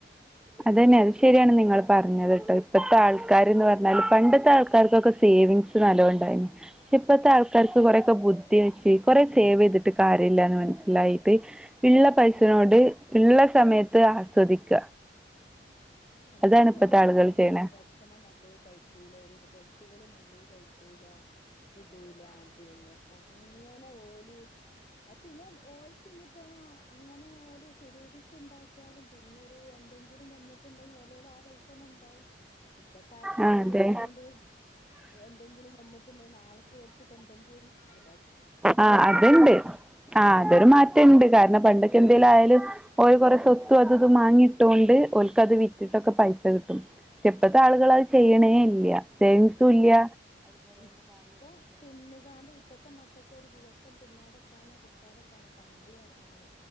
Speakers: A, in the centre; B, on the left (about 30°).
A: അതന്നെ അത് ശരിയാണ് നിങ്ങൾ പർഞ്ഞത്ട്ടോ ഇപ്പത്തെ ആൾക്കാര്ന്ന് പറഞ്ഞാല് പണ്ടത്തെ ആൾക്കാർക്കൊക്കെ സേവിങ്സ് നല്ലോണ്ടായ്നി. ഇപ്പത്തെ ആൾക്കാർക്ക് കൊറെക്കെ ബുദ്ധി വെച്ച് കൊറേ സേവെയ്തിട്ട് കാര്യല്ലാന്ന് മനസ്സിലായിട്ട് ഇള്ള
B: പണ്ടത്തെ
A: പൈസനോട് ഇള്ള സമയത്ത് ആസ്വദിക്ക.
B: പണ്ട്ന്ന്
A: അതാണ് ഇപ്പത്തെ
B: പർഞ്ഞാല്
A: ആളുകൾ ചെയ്യണേ
B: ഒരു ഭ ക്ഷണം നല്ലേ കയ്ക്കൂല ഒര് ഡ്രസ്സുകള് നല്ലേ കയ്ക്കൂല ഇടൂല പിന്നെ അങ്ങനെ ഓല് ആഹ് പിന്നെ ഓൽ പിന്നിപ്പോ അങ്ങനെ ഓല് സ്വരൂപിച്ച് ഇണ്ടാക്ക്യാലും പിന്നെ ഒര് എന്തെങ്കിലും വന്ന് ണ്ടേല് ഓലേല് ആ പൈസ തന്നെ ഇണ്ടാവും ഇപ്പത്തെ ആൾക്കാരേല്
A: ആ അതെ
B: ഇന്നാണ്ട് എന്തെങ്കിലും വന്ന്ട്ട്ണ്ടെൽ നാളെ ക്ക് ഓല്ക്ക് തെണ്ടേണ്ട്യരും അ
A: ആഹ് അത്ണ്ട് ആഹ്
B: ഉം
A: അതൊരു മാറ്റണ്ട് കാരണം പണ്ടൊക്കെ എന്തെലും ആയാലും ഓല് കുറേ സ്വത്തും അതും ഇതും മാങ്ങിട്ടൊണ്ട് ഓല്ക്കത് വിറ്റ്ട്ടൊക്കെ പൈസ കിട്ടും. പക്ഷെ ഇപ്പത്തെ ആള്കള് അത് ചെയ്യ്ണേ ഇല്ല്യ സേവിങ്സും ഇല്ല്യ
B: ഇപ്പൊ തിന്ന്കാണ്ട് ഇപ്പത്തെ മക്കക്ക് ഇപ്പൊ ഒരു ദിവസം തിന്നാതെക്കാനോ കുട്ച്ചാതക്കാനോ പണ്ട് അർഞ്ഞാല്